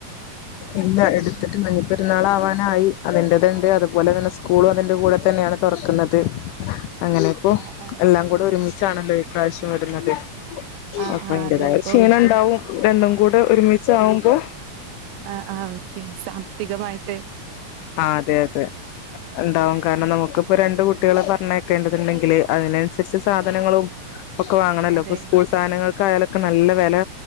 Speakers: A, on the left (about 80°); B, on the right (about 80°).
A: ഇല്ല എടുത്തിട്ട് ഇല്ല ഞ് പെരുന്നാൾ ആവാനായി അതിൻ്റെത്ണ്ട് അതുപോലെ തന്നെ സ്കൂളും അതിന്റെ കൂടെ തന്നെയാണ് തൊറക്കുന്നത് അങ്ങനെപ്പോ
B: ആഹ് ആഹ്
A: എല്ലാം കൂടെ ഒരുമിച്ചാണല്ലോ പ്രാവശ്യം വരുന്നത്
B: ആഹ്
A: അപ്പയിൻ്റതായ
B: ആഹ് അതെ അപ്പൊ
A: ക്ഷീണം ണ്ടാവും രണ്ടും കൂടെ ഒരുമിച്ച് ആകുമ്പോ
B: ആ ആഹ് ഓക്കെ സാമ്പ ത്തികമായിട്ട്
A: ആ അതെ അതെ ണ്ടാവും കാരണം നമുക്കിപ്പോ രണ്ടു കുട്ടികളെ പറഞ്ഞയക്കേണ്ടതുണ്ടെങ്കി ല് അതിനനുസരിച്ച് സാധനങ്ങളും ഒക്കെ വാങ്ങണല്ലോ
B: അതെ
A: ഇപ്പ സ്കൂൾ സാധനങ്ങൾ കായലൊക്കെ നല്ല വെല